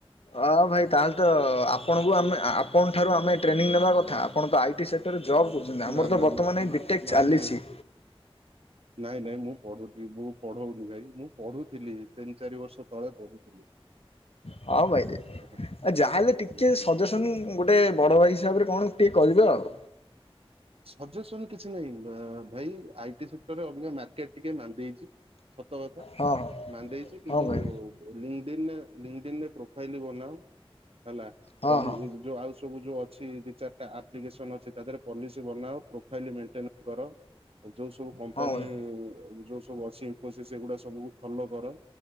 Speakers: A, on the left (about 75°); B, on the right (about 70°).
A: ଅ ଭାଇ ତାହେଲେ ତ ଆପଣଙ୍କୁ ଆପଣଙ୍କ ଠାରୁ ଆମେ ଟ୍ରେନିଂ ନେବା କଥା। ଆପଣ ତ ଆଇଟି ସେକ୍ଟରରେ ଜବ୍ କରୁଛନ୍ତି ଆମର
B: ନା
A: ତ
B: ନା
A: ବର୍ତ୍ତମାନ
B: ମୁଁ
A: ଏ ବିଟେକ୍
B: ନାଇଁ
A: ଚାଲିଚି।
B: ନାଇଁ ନାଇଁ ନାଇଁ ମୁଁ ପଢୁଥିଲି ମୁଁ ପଢଉନି ଭାଇ ମୁଁ ପଢୁଥିଲି ତିନି ଚାରି ବର୍ଷ ତଳେ ପଢୁଥିଲି।
A: ହଁ ଭାଇରେ
B: ହୁଁ
A: ଆଉ ଯାହା ହେଲେ ଟିକେ
B: ହୁଁ
A: ସଜେସନ ଗୋଟେ ବଡ ଭାଇ ହିସାବରେ କଣ ଟିକେ କରିବେ ଆଉ।
B: ସଜେସନ କିଛି ନାହିଁ। ଭାଇ ଆଇଟି ସେଟର ଅବିକା ମାର୍କେଟ ଟିକେ ମାନ୍ଦିଚି। ସତ କଥା
A: ହଁ ହଁ
B: ମାନ୍ଦେଇଛି କିନ୍ତୁ
A: ହଁ ଭାଇ
B: ଲିଙ୍ଗଡିନ୍ ରେ ଲିଙ୍ଗଡିନ୍ ପ୍ରୋଫାଇଲ ବନାଅ ହେଲା।
A: ହଁ
B: <unintelligible>
A: ହଁ
B: ଯୋଉ ଆଉ ସବୁ ଯୋଉ ଅଛି ଦି ଚାରି ଟା ଆପ୍ଲିକେସ ଟନ ଅଛି ତଦେହରେ ପଲିସ୍ ବନାଅ ପ୍ରୋଫାଇଲ୍ ମେଣ୍ଟେନ କର ଯୋଉ ସବୁ କମ୍ପାନୀ
A: ହଁ ଭାଇ
B: ଯୋଉ ସବୁ ଅଛି ଇନଫୋସିସ୍ ଏଗୁଡା ସ୍ ସବୁ ଫଲୋ କର